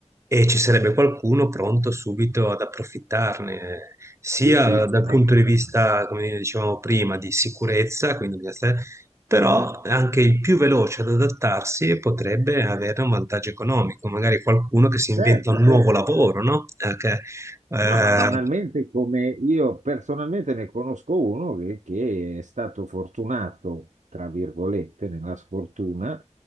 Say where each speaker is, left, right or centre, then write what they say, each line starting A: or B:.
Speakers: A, on the right (about 25°); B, on the right (about 85°).
A: e ci sarebbe qualcuno pronto subito ad approfittarne, eh, sia
B: Sì, sì,
A: dal
B: assolutamente.
A: punto di vista, come dicevamo prima, di sicurezza, quindi bisogna stare- però anche il più veloce ad adattarsi potrebbe avere un vantaggio economico, magari qualcuno che si inventa
B: Certo,
A: un nuovo
B: certo.
A: lavoro, no? Eh, che, eh,
B: No, ma banalmente come io personalmente ne conosco uno che, che è stato fortunato, tra virgolette, nella sfortuna,